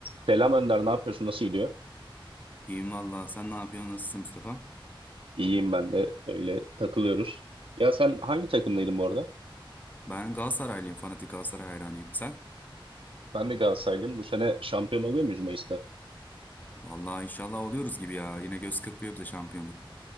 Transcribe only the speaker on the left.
İyiyim valla. Sen ne yapıyorsun? Nasılsın Mustafa?
Ben Galatasaraylıyım. Fanatik Galatasaray hayranıyım. Sen?
Valla inşallah oluyoruz gibi ya. Yine göz kırpıyor bize şampiyonluk.